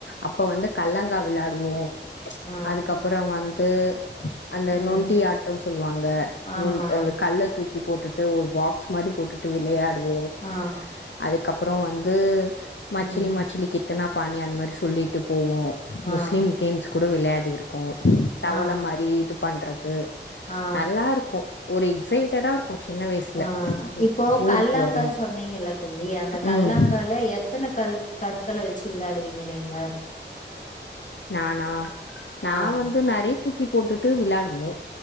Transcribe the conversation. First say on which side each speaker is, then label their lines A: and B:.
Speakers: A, on the left; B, on the left.
A: அப்ப வந்து கல்லங்கா விளையாடுவோம்
B: ஆ
A: அதுக்கப்புறம் வந் தோ அந்த
B: ம்
A: நொண்டி ஆட்டம் சொல்லுவாங்க
B: ஆமா
A: ந அந்த கல்ல தூக்கி தூக்கி போட்டுட்டு ஒரு பாக்ஸ் மாறி போட்டுட்டு ஒரு விளையா ம் அதுக்
B: ஆ
A: அதுக்கப்புறம் வந்து மச்சிலி
B: ம்
A: மச்சிலி கித் எத்தனா பானி அந்த மாரி சொல்லிட்டு போவோம்
B: ஆ
A: முஸ்லிம் கேர்ள்ஸ்க் கூட விளையாடி இருக் ப்ம் தவளை
B: ஆ
A: மாரி இது பண்றது
B: ஆ
A: நல்லா இருக்கும் ஒரு எக்ஸைட்டடா ஒரு சின்ன வயசுல
B: ஆ இப்போ
A: ஊருக்கு
B: கல்லாங்
A: வரோம்
B: கல் சொன்னீங்கல்ல தோழி அந்த
A: ம்
B: கல்லாங்கல எத்தனை கல் கற்களை வச்சு விளையாடுவீங்க நீங்க
A: நானா நா
B: ஆ
A: வந்து நரி தூக்கி போட்டுட்டு விளையாடுவோம்